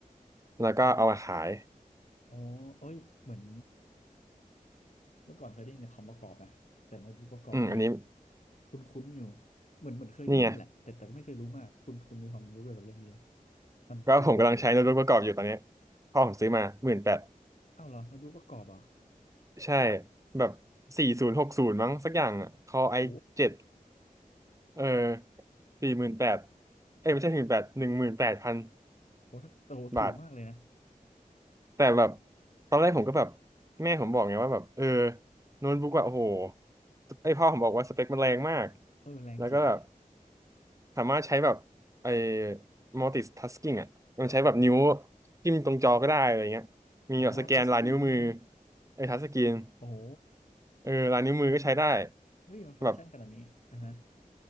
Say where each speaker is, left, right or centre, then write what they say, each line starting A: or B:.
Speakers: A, on the right; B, on the left.
A: แล้วก็เอามาขาย
B: อ๋ออ๋อเอ้ยเหมือน เมื่อก่อนเคยได้ยินแต่คอมประกอบนะแต่โน้ตบุ๊กประกอบนี่
A: อืมอันนี้
B: คุ้นๆอยู่เหมือนเหมือนเคยได้ยินแหละแต่แต่ก็ไม่เคยรู้มากคุณคุณมีความรู้เกี่ยวกับเรื่องนี้ไหม
A: นี่ไง
B: มันคือประมาณไหน
A: ก็ผมกำลังใช้โน้ตบุ๊กประกอบอยู่ตอนเนี้ยพ่อผมซื้อมาหมื่นแปด
B: อ้าวเหรอโน้ตบุ๊กประกอบเหรอ่ะ
A: ใช่แบบสี่ศูนย์หกศูนย์มั้งสักอย่างอ่ะคอไอเจ็ด
B: โห
A: เออสี่หมื่นแปดเอ้ยไม่ใช่หมื่นแปดหนึ่งหมื่นแปดพัน
B: โหถ้าโอ้โหถูกมากเลยนะ
A: บาท แต่แบบตอนแรกผมก็แบบแม่ผมบอกไงว่าแบบเออโน้ตบุ๊กแบบโอ้โหไอพ่อผมบอกว่าสเปคมันแรงมาก
B: เออแรงจริง
A: แล้วก็แบบสามารถใช้แบบไอ multitasking อ่ะมันใช้แบบนิ้วจิ้มตรงจอก็ได้อะไรเงี้ยมีแบบสแกนลายนิ้วมือ
B: อ๋อทัชสกรีนใช่ไหม
A: ไอทัชสกรีน
B: โอ้โห
A: เออลายนิ้วมือก็ใช้ได้
B: เฮ้ยมันฟังก์ชันขนาดนี้อ่ะฮะ
A: แบบ